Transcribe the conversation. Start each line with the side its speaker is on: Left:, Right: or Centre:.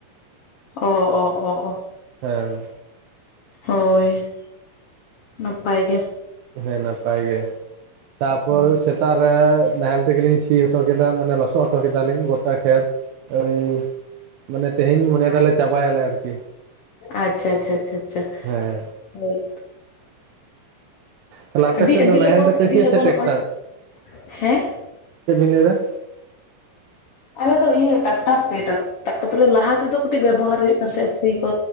Left: ᱚ ᱚ ᱚ ᱚ
Right: ᱦᱮᱸ
Left: ᱦᱳᱭ ᱱᱟᱯᱟᱭ ᱜᱮ
Right: ᱦᱮᱸ ᱱᱟᱯᱟᱭ ᱜᱮ ᱛᱟᱯᱚᱨ
Left: ᱦᱩᱸ
Right: ᱥᱮ ᱥᱮᱛᱟᱨᱮ ᱱᱟᱦᱮᱞ ᱛᱮᱜᱮᱞᱤᱧ ᱥᱤ ᱦᱚᱴᱚ ᱠᱮᱫᱟ ᱢᱟᱱᱮ ᱞᱚᱥᱚᱫ ᱦᱚᱴᱚ ᱠᱮᱫᱟᱞᱤᱧ ᱜᱚᱴᱟ ᱠᱷᱮᱛ ᱳᱭ ᱢᱟᱱᱮ ᱛᱮᱦᱮᱧ ᱢᱚᱱᱮᱭᱮᱫᱟᱞᱮ ᱪᱟᱵᱟᱭᱟᱞᱮ ᱟᱨᱠᱤ
Left: ᱟᱪᱷᱟ ᱟᱪᱷᱟ ᱟᱪᱷᱟ ᱟᱪᱷᱟ
Right: ᱦᱮᱸ
Left: ᱦᱳᱭ
Right: ᱛᱟᱦᱞᱮ ᱟᱯᱮ
Left: ᱟᱹᱰᱤ
Right: ᱥᱮᱫ
Left: ᱟᱹᱰᱤ
Right: ᱫᱚ ᱱᱟᱦᱮᱞ
Left: ᱞᱚᱜᱚᱱ
Right: ᱛᱮᱯᱮ
Left: ᱟᱹᱰᱤ
Right: ᱥᱤᱭᱟ
Left: ᱞᱚᱜᱚᱱ
Right: ᱥᱮ
Left: ᱱᱚᱜᱼᱚᱭ
Right: ᱴᱮᱠᱴᱟᱨ
Left: ᱦᱮᱸ
Right: ᱪᱮᱫ ᱵᱤᱱ ᱞᱮᱭᱫᱟ
Left: ᱟᱞᱮ ᱫᱚ ᱤᱭᱟᱹ ᱴᱟᱠᱴᱟᱨ ᱛᱮ ᱴᱟᱠᱴᱟᱨ ᱛᱮ ᱞᱟᱦᱟ ᱛᱮᱫᱚ ᱠᱟᱹᱴᱤᱡ ᱵᱮᱵᱚᱦᱟᱨ ᱦᱩᱭᱩᱜ ᱠᱟᱱ ᱛᱟᱦᱮᱸᱫ ᱥᱤ ᱠᱚ